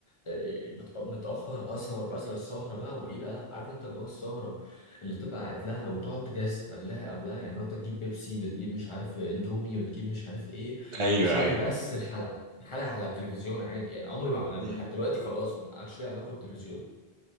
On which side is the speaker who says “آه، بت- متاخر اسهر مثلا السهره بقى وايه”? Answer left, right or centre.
Left